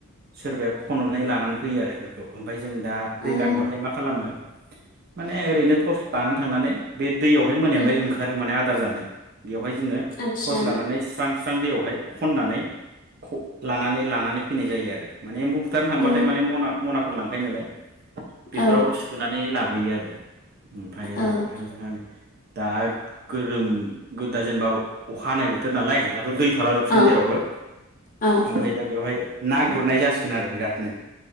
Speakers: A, on the right; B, on the left.
A: सोरबाया खन'नानै लानानै फैयो आरो इफोरखौ ओमफाय जों दा
B: अ
A: दै
B: उम
A: लांबाथाय मा खालामो माने ओरैनो थस लानानै थांनानै बे दैयावहाय मोनायावहाय
B: उम
A: ओंखारो माने आ दार जानो बेवहाय जोङो
B: आदसा
A: टर्स लानानै स्रां दैयावहाय खननानै खौ लानानै लानानै फैनाय जायो आरो माने एम्बु हुथारनो थांबाथाय
B: अ
A: माने मना मनाफोर लाङो । खाय नालाय बेफोराव
B: औ
A: सोनानै लाबोयो आरो ओमफाय
B: औ
A: आरो जोंहा नै दा गोरोम गोदा जेनेबाव अखा हानाय बोथोर नालाय दाथ' दै थाला जोबसिगोन
B: औ
A: जेरावबो
B: औ
A: ओमफाय दा बेवहाय ना गुरनाय जासिगोन आरो बिरादनो